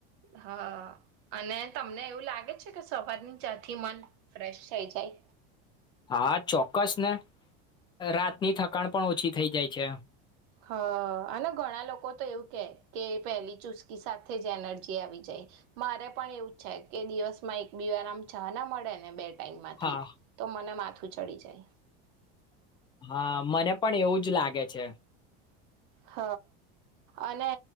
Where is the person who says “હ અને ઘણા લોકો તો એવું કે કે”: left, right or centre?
Right